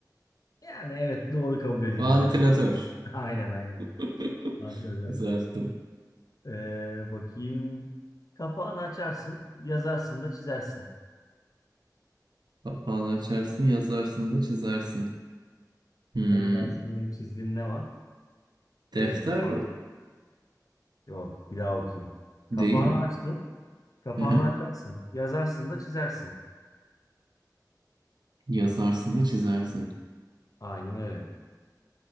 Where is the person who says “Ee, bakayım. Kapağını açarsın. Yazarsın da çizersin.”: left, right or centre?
Left